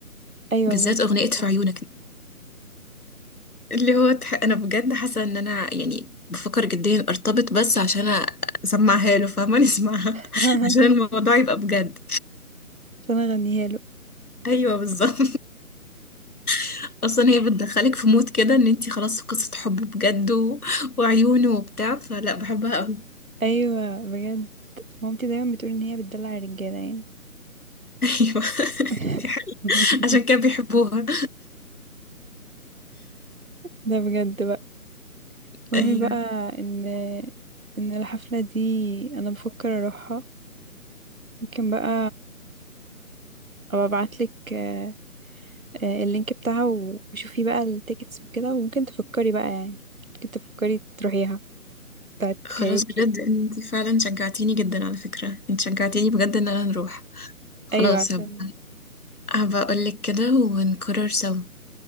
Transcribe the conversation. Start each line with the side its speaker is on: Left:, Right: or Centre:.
Right: ايوه
Left: بالذات
Right: بجد
Left: اغنيه
Right: هي
Left: في
Right: تحفة
Left: عيونك دي. اللي هو تح... انا بجد حاسه ان انا يعني بفكر جديا ارتبط بس عشان اسمعها له فاهمه نسمعها
Right: <laughs>
Left: <laughs> عشان الموضوع يبقى بجد
Right: عشان اغنيها له
Left: ايوه بالظبط <laughs> اصلا هي بتدخلك في مود كده ان انتي خلاص في قصه حب بجد و... وعيونه وبتاع فلا بحبها قوي
Right: ايوه بجد مامتي دايما بتقول ان هي بتدلع الرجاله يعني
Left: <laughs> ايوه
Right: <laughs>
Left: <laughs> دي حقيقة. عشان كده بيحبوها
Right: ده بجد بقى المهم
Left: ايوه
Right: بقى ان ان الحفله دي انا بفكر اروحها ممكن بقى ابقى ابعتلك آه، آه، اللينك بتاعها و- وشوفي بقى التيكتس وكده وممكن تفكري بقى يعني ممكن تفكري تروحيها بتاعت
Left: خلاص
Right: كايوكي
Left: بجد انت فعلا شجعتيني جدا على فكرة انت شجعتيني بجد ان انا نروح خلاص
Right: ايوه عشان
Left: هبقى هبقى اقولك كده ونقرر سوا